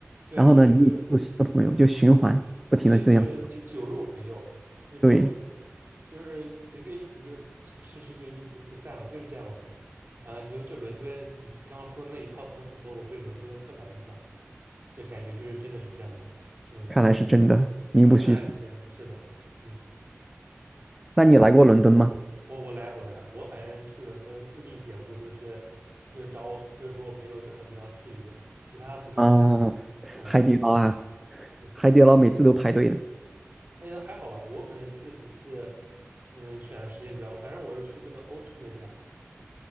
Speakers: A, on the right; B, in the centre.
A: 对啊，
B: 然后呢，
A: 这是就是
B: 你又接触新的朋友，就循环不停的这样，
A: 对，就个酒酒肉朋友，这个
B: 对，
A: 就是一随便一起就是就吃吃就就就就散了，就是这样子的。啊、你就这伦敦，你刚刚说的那一套很符合我对伦敦的刻板印象，这感觉就是真的是这样子。<laughs> 嗯
B: 看来是真的名不虚传。
A: 嗯，呃看来是真的，是的。嗯，
B: 那你来过伦敦吗？
A: 我我来我来，我反正去伦敦固定节目就是就是找我就是和我朋友去海底捞吃一顿，其他不重要。
B: 啊，
A: 嗯，
B: 海底捞啊，
A: 对，
B: 海底捞每次都排队呢。
A: 还还好吧，我可能去了几次，我可能选的时间比较，反正我是去那个欧区那家。